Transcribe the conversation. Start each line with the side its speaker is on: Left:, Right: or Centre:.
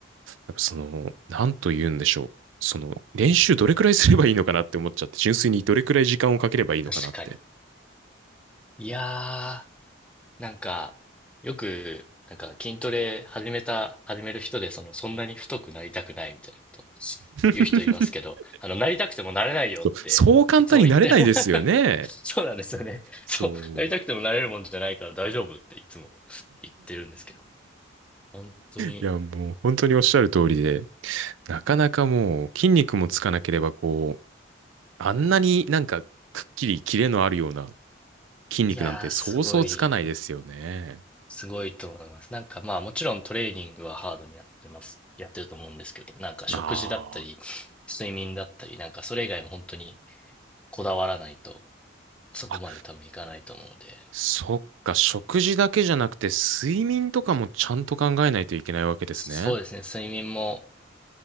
Right: やっぱその、なんと言うんでしょう。その、練習どれくらいすればいいのかなって思っちゃって、純粋にどれくらい時間をかければいいのかなって。
Centre: 確かに。いやー、なんか、よく、なんか筋トレ始めた、始める人で、その、そんなに太くなりたくないみたいなこと
Right: <laughs>
Centre: 言う人いますけど、あの、なりたくてもなれないよって、
Right: そう、そう簡単になれないですよね。
Centre: いつも言って <laughs> そうなんですよね。
Right: そう。
Centre: そう、なりたくてもなれるもんじゃないから大丈夫っていつも言ってるんですけど、本当に、
Right: いや、もう本当におっしゃる通りで、なかなかもう筋肉もつかなければこう、あんなになんかくっきりキレのあるような筋肉なんてそうそうつかないですよね。
Centre: いやー、すごい、すごいと思います。なんかまあ、もちろんトレーニングはハードにやってます、やってると思うんですけど、なんか食事だったり、
Right: あ
Centre: 睡眠だったり、なんかそれ以外も本当に、こだわらないと、そこまで多分いかないと思うので。
Right: あ。あ、そっか、食事だけじゃなくて睡眠とかもちゃんと考えないといけないわけですね。
Centre: そうですね、睡眠も